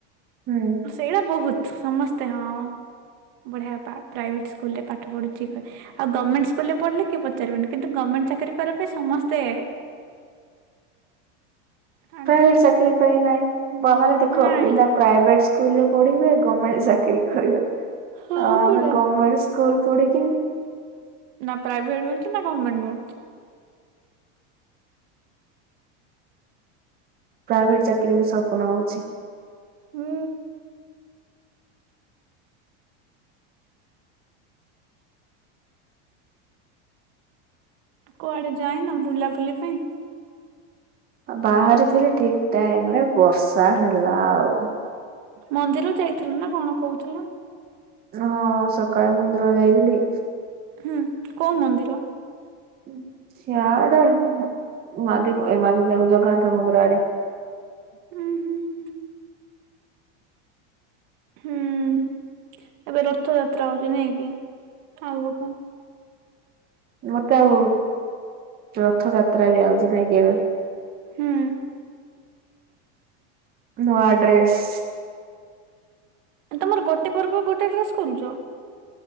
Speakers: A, on the right; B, on the right.
A: ହୁଁ।
B: ସେଇଟା ବହୁତ ସମସ୍ତେ ହଁ। ବଢିଆବା ପ୍ରାଇଭେଟ ସ୍କୁଲ ରେ ପାଠ ପଢୁଛିି ଆଉ ଗର୍ମେଣ୍ଟ ସ୍କୁଲ ରେ ପଢ଼ିଲେ କି ପଚାରିବେନି କିନ୍ ଟେ ଗମେଣ୍ଟ ଚାକିର କରିବା ପାଇଁ ସମସ୍ତେ ଆଗ
A: ପ୍ରାଇଭେଟ ଚାକିରୀ ପାଇଁ ନାଇଁ ଆମେ ଦେଖ
B: ନାଇଁ
A: ପିଲା ପ୍ରାଇଭେଟ ସ୍କୁଲରେ ପଢିବେ ଗମେଣ୍ଟ ଚାକିରୀ କରିବେ
B: ହଉ
A: ଆଉ
B: ପରା
A: ଆମେ ଗମେଣ୍ଟ ସ୍କୁଲ ପୁଢିକି
B: ନା ପ୍ରାଇଭେଟ ମିଳୁଚି ନା ଗର୍ଣ୍ଣମେଣ୍ଟ ମିଳୁଛି।
A: ପ୍ରାଇଭେଟ ଚାକିରି ବି ସପ୍ନ ହଉଛି।
B: ହୁଁ। କୁଆଡେ ଯାାଇନ ବୁଲାବୁଲି ପାଇଁ।
A: ବାହାରିଥିଲି ଠିକ ଟାଇମ ରେ ବର୍ଷା ହେଲା ଆଉ।
B: ମନ୍ଦିର ଯାଇଥିଲୁ ନା କଣ କହୁଥିଲୁ?
A: ହଁ ସକାଳେ ମନ୍ଦିର ଯାଇଥିଲି।
B: ହୁଁ କୋଉ ମନ୍ଦିର?
A: <unintelligible>
B: ହୁଁ ହୁଁ ହୁଁ। ହୁଁ ଏବେ ରଥଯାତ୍ରା ହଉଛି ନାଇ କି ଆଗକୁ
A: ମତେ ଆଉ ରଥଯାତ୍ରା ବି ଆଉଛି ନାଇଁକି ଏବେ।
B: ହୁଁ
A: ନୂଆ ଡ୍ରେସ୍।
B: ତମର ଗୋଟେ ପର୍ବକୁ ଗୋଟେ ଡ୍ରେସ କରୁଛ।